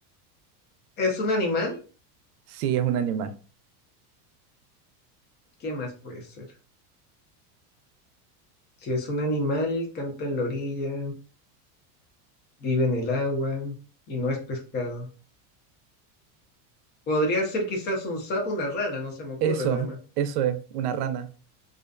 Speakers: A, on the left; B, on the right.
A: es un animal.
B: Sí, es un animal.
A: ¿Qué más puede ser? Si es un animal, canta en la orilla. vive en el agua y no es pescado. Podría ser quizás un sapo, una rana, no se me ocurre
B: Eso,
A: nada más.
B: eso es, una rana.